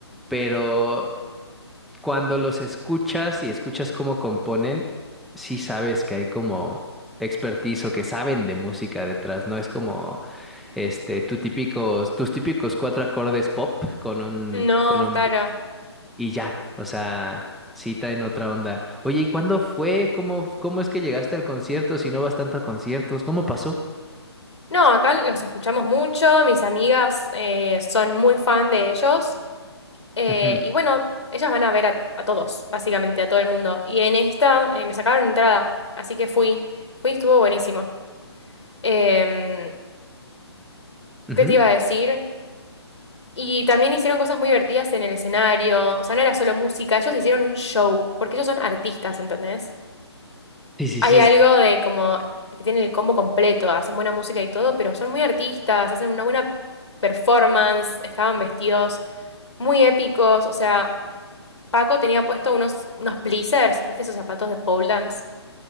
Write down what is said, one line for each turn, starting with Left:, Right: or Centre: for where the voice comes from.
Centre: pero cuando los escuchas y escuchas cómo componen, sí sabes que hay como expertise o que saben de música detrás, no es como este tu típicos, tus típicos cuatro acordes pop con un,
Left: no,
Centre: con un
Left: claro.
Centre: beat y ya, o sea, sí traen otra onda. Oye, ¿y cuándo fue? ¿Cómo, cómo es que llegaste al concierto si no vas tanto a conciertos? ¿Cómo pasó?
Left: No, acá los escuchamos mucho, mis amigas eh, son muy fan de ellos eh,
Centre: Ujú,
Left: y bueno, ellas van a ver a, a todos, básicamente a todo el mundo. Y en esta eh, me sacaron entrada, así que fui, fui, estuvo buenísimo. Em,
Centre: ujú.
Left: ¿qué te iba a decir? Y también hicieron cosas muy divertidas en el escenario, o sea, no era solo música, ellos hicieron un show, porque ellos son artistas, ¿entendés?
Centre: Sí, sí,
Left: hay
Centre: sí.
Left: algo de como que tienen el combo completo, hacen buena música y todo, pero son muy artistas, hacen una buena performance, estaban vestidos muy épicos, o sea, Paco tenía puesto unos, unos pleasers, ¿viste esos zapatos de pole dance?